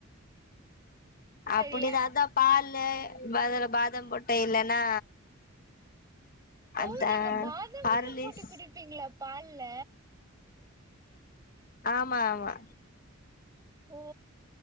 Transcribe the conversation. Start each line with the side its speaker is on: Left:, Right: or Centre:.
Right: சரியா
Left: அப்டிதாதா பால்லு பதர பாதாம் போட்டு இல்லன்னா
Right: ஓ
Left: அதா
Right: நீங்க பாதாம்
Left: ஹார்லிஸ்
Right: எல்லா போட்டு குடிப்பீங்களா பால்ல
Left: ஆமா ஆமா
Right: ஓ